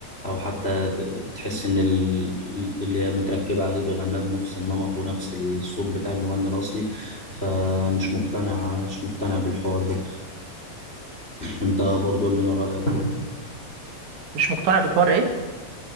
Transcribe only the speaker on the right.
مش مقتنع بحوار إيه؟